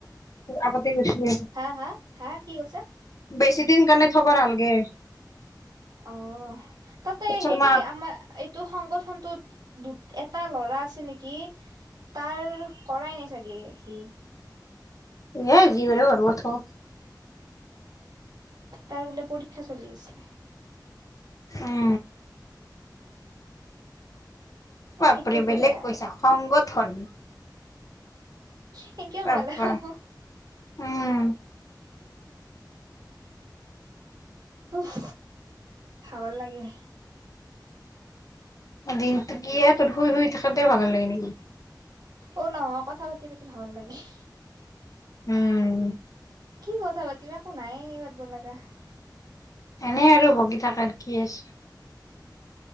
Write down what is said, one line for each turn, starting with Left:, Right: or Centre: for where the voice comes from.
Left: আগতে গৈছিল
Right: হা হা হা কি কৈছা
Left: বেছি। দিন কেনে থবা নালাগে।
Right: অ, তাতে
Left: কচোন
Right: হেৰি
Left: মাক
Right: আমাৰ। তটো সংগঠনটোত দু এটা ল'ৰা আছে নেকি? তাৰ কৰাই নাই চাগে সি।
Left: এ জী কৰে কৰিব থো
Right: তাৰ বোলে পৰীক্ষা চলি আছে।
Left: উম
Right: এ
Left: বাপৰে,
Right: সেইটো এটা
Left: বেলেগ
Right: বেয়া
Left: কৈছা সংগঠন।
Right: সেনেকে
Left: বাপা
Right: কব লাগব
Left: উম
Right: উফ, ভাগৰ লাগিল।
Left: এদিন কিয়ে তৰ শুই শুই থাক তাতে ভাগ লাগে নেকি?
Right: অ নহ কথা পাতি পাতি ভাগৰ লাগিল
Left: উম
Right: কি কথা পাতিম, একো নাইয়ে পতিবা লগা।
Left: এনেই আৰু বকি থাক আৰ কি আছে।